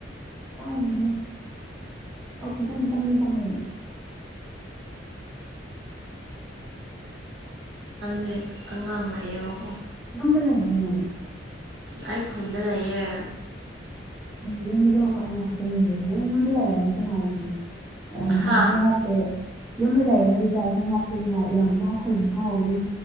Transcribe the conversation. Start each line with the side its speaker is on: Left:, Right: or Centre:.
Centre: ꯇꯥꯗꯦꯗꯥ ꯍꯣꯏ ꯈꯤꯇꯪꯗꯤ ꯇꯥꯏꯌꯦ ꯇꯥꯏꯌꯦ
Right: ꯑꯦ ꯑꯉꯥꯡ ꯂꯥꯛꯑꯕꯀꯣ
Centre: ꯌꯨꯝꯗ ꯂꯩꯕ꯭ꯔꯣ ꯅꯪ
Right: ꯑꯩ ꯈꯨꯟꯗ ꯂꯩꯌꯦ
Centre: ꯑꯗꯨꯗꯤ ꯅꯪ ꯀꯔꯝꯀꯥꯟꯗ ꯂꯥꯛꯇꯣꯔꯤꯒꯦ ꯅꯪ ꯌꯨꯝꯗ ꯂꯩꯔꯒ ꯀꯅꯥꯒꯤ ꯔꯤꯆꯥꯔꯁ
Right: ꯍꯥ
Centre: ꯁꯨ ꯍꯥꯞꯇꯦ ꯌꯨꯝꯗ ꯂꯩꯔꯒ ꯔꯤꯆꯥꯔꯁꯁꯨ ꯍꯥꯞꯇꯦ ꯅꯨꯡꯉꯥꯏ ꯌꯥꯝ ꯏꯅꯥꯛ ꯈꯨꯜꯂꯤꯀꯣ ꯌꯨꯝ